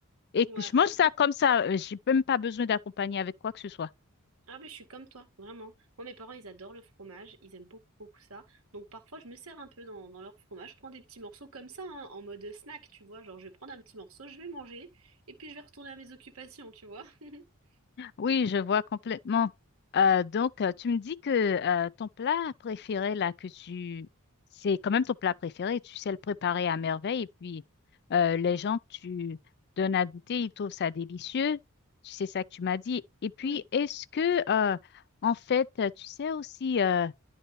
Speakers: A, on the left (about 50°); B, on the right (about 75°).
A: Et
B: Ouais,
A: que je
B: franchement.
A: mange ça comme ça. euh, J'ai même pas besoin d'accompagner avec quoi que ce soit.
B: Ah ben je suis comme toi, vraiment. Moi mes parents ils adorent le fromage, ils aiment beaucoup beaucoup ça. Donc parfois je me sers un peu dans, dans leur fromage, je prends des petits morceaux comme ça, hein, en mode snack, tu vois, genre je vais prendre un petit morceau, je vais manger, et puis je vais retourner à mes occupations, tu vois. <laughs>
A: Oui, je vois complètement. Euh, donc, euh, tu me dis que euh, ton plat préféré, là, que tu... C'est quand même ton plat préféré. Tu sais le préparer à merveille. Et puis, euh, les gens que tu donnes à goûter, ils trouvent ça délicieux. Tu sais ça que tu m'as dit. Et puis,
B: Oui.
A: est-ce que, euh, en fait, euh, tu sais aussi euh,